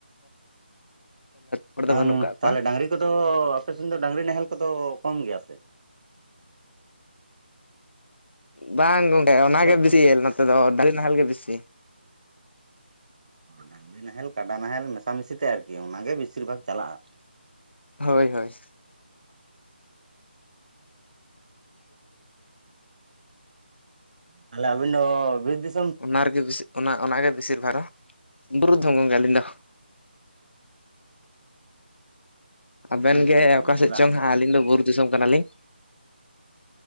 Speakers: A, on the left; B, on the right.
A: ᱦᱚᱲ
B: ᱱᱟᱝ
A: ᱫᱚ ᱵᱟᱹᱱᱩᱜ ᱠᱟᱜ ᱠᱚᱣᱟ
B: ᱛᱟᱞᱦᱮ ᱰᱟᱝᱨᱤ ᱠᱚᱫᱚ ᱟᱯᱮ ᱥᱮᱱ ᱫᱚ ᱰᱟᱝᱨᱤ ᱱᱟᱦᱮᱞ ᱠᱚᱫᱚ ᱠᱚᱢ ᱜᱮᱭᱟ ᱥᱮ
A: ᱵᱟᱝ ᱜᱚᱝᱠᱮ ᱚᱱᱟ
B: ᱦᱮᱞᱳ
A: ᱜᱮ ᱵᱮᱥᱤ ᱱᱚᱛᱮ ᱫᱚ ᱰᱟᱝᱨᱤ ᱱᱟᱦᱮᱞ ᱜᱮ ᱵᱮᱥᱤ᱾
B: ᱰᱟᱝᱨᱤ ᱱᱟᱦᱮᱞ ᱠᱟᱰᱟ ᱱᱟᱦᱮᱞ ᱢᱮᱥᱟᱢᱤᱥᱤ ᱛᱮ ᱟᱨᱠᱤ ᱚᱱᱟ ᱜᱤ ᱵᱮᱥᱤᱨ ᱵᱷᱟᱜᱽ ᱪᱟᱞᱟᱜᱼᱟ᱾
A: ᱦᱳᱭ ᱦᱳᱭ <inaudible>
B: ᱛᱟᱞᱦᱮ ᱟᱹᱵᱤᱱ ᱫᱚ ᱵᱤᱨ ᱫᱤᱥ
A: ᱚᱱᱟ ᱨᱮᱜᱮ ᱵᱮᱥᱤ ᱚᱱᱟ ᱚᱱᱟ ᱜᱮ ᱵᱮᱥᱤᱨ ᱫᱷᱟᱨᱟ ᱵᱩᱨᱩ <unintelligible> ᱟᱹᱞᱤᱧ ᱫᱚ ᱟᱵᱮᱱ
B: ᱵᱩᱨᱩ ᱫᱤᱥᱚᱢ
A: ᱜᱮ
B: ᱠᱟᱱ
A: ᱚᱠᱟ
B: ᱜᱮᱭᱟᱵᱤᱱ
A: ᱥᱮᱫ
B: ᱵᱟᱝ
A: ᱪᱚᱝ ᱦᱟᱸᱜ ᱟᱹᱞᱤᱧ ᱫᱚ ᱵᱩᱨᱩ ᱫᱤᱥᱚᱢ ᱠᱟᱱᱟ ᱞᱤᱧ᱾